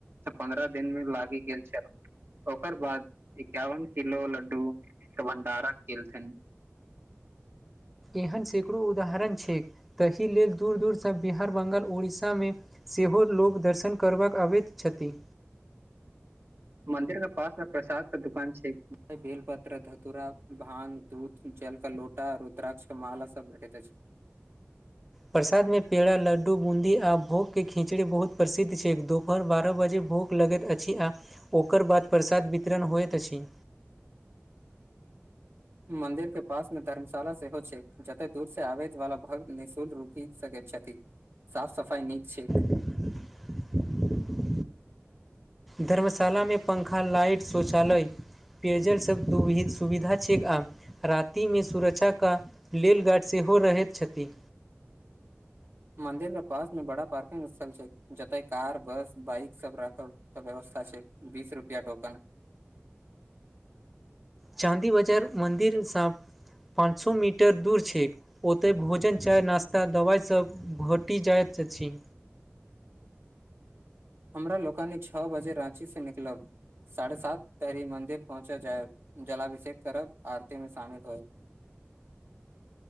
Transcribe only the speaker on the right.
पन्द्रह दिन मे लागि गेल छल, ओकर बाद एकावन किलो लड्डू के भंडारा केलथिन!
मंन्दिर के पास मे प्रसाद के दुकान छै बेल पत्र धतुरा भांग, दूध जल क लोटा रुद्राक्ष क माला सब भेठे अइछ!
मन्दिर के पास मे धर्मशाला सेहो छै जते दूर से आबै वाला भक्त निःशुल्क रुकि सकैत छथि! साफ सफाई नीक छैक!
मंन्दिर के पास में बड़ा पार्किंग स्थल छै जते कार बस बाइक सब राखब, तऽ व्यवस्था छै बीस रुपयाटोकन!
हमरा लोकानी छओ बजे राँची सँ निकलब, साढ़े सात तहरी मंदिर पहुँचा जायब जलाभिषेक करब आरती में शामिल होए!